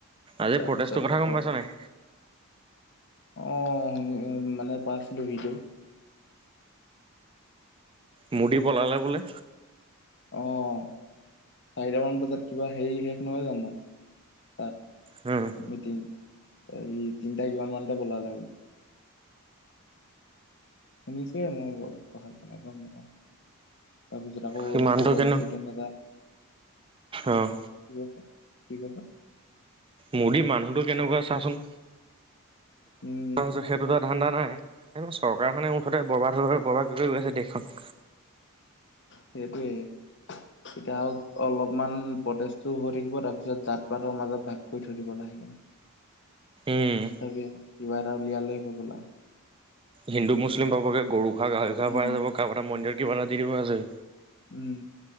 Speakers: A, on the right; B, on the left.
A: আজি
B: তাৰপিছত
A: ফটেজটোৰ কথা
B: খতম
A: গম পাইছ নাই?
B: অ শুনি মানে পাইছিলো ভিডিঅ'।
A: মুদি পলালে বোলে?
B: অঁ চাৰিটামান বজাত কিবা হেৰি শেষ নহয় জানো তাত?
A: উম
B: মিটিং ত সেই তিনটা কিমান মানতে বলালে বুলে। শুনিছে মই <unintelligible> তাৰপিছত আকৌ
A: সি মানুহটো
B: কব
A: কেনে
B: ষ্টুডেন্ট এটা
A: অ
B: কি কৈছে? কি কৈছে?
A: মোদীৰ মানুহতটো কেনেকুৱা চাচোন
B: উম
A: ছ সেইটোতো ধান্দা নাই। এই চৰকাৰখনে মুঠতে বৰবাদ হৈ বৰবাদ কৰি গৈ আছে দেশখন
B: সেইটোৱেই এতিয়া অলপমান প্ৰটেছটো হৈ থাকিব তাৰ পিছত জাত পাতৰ মাজত ভাগ কৰি থৈ দিব লাহে কিনে।
A: উম
B: তথাপি আ কিবা এটা উলিয়ালেই হৈ গ'ল আৰু।
A: হিন্দু মুছলিম পাবগে গৰু খা গাহৰি খোৱা
B: উম
A: পাই যাব কাৰো এটা মন্দিৰত কিবা এটা দি দিব আজি
B: উম